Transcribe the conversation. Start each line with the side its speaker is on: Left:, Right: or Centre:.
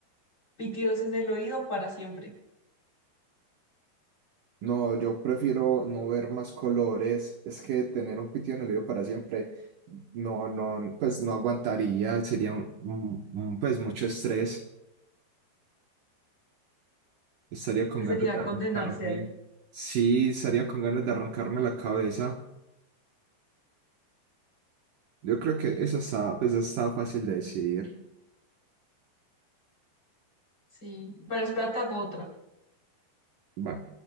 Left: pitidos en el oído para siempre?
Right: No, yo prefiero no ver más colores. Es que tener un pitido en el oído para siempre, no, no, pues no aguantaría. Sería un, un- un, pues mucho estrés. Estaría con
Left: Sería
Right: ganas de
Left: condenarse
Right: arrancarme.
Left: ahí.
Right: Sí, estaría con ganas de arrancarme la cabeza. Yo creo que esa está, pues está fácil de decidir.
Left: Sí. Pero espérate, hago otra.
Right: Va.